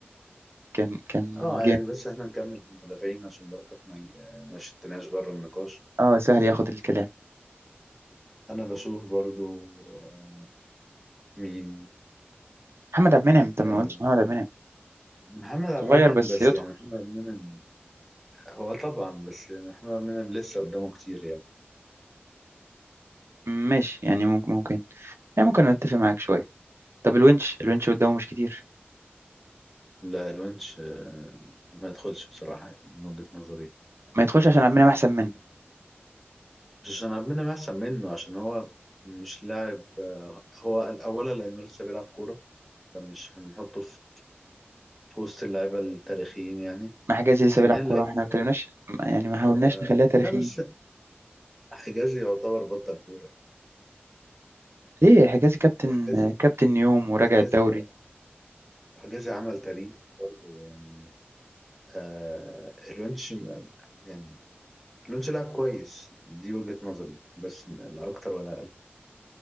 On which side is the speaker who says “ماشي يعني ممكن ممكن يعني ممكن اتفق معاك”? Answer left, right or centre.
Right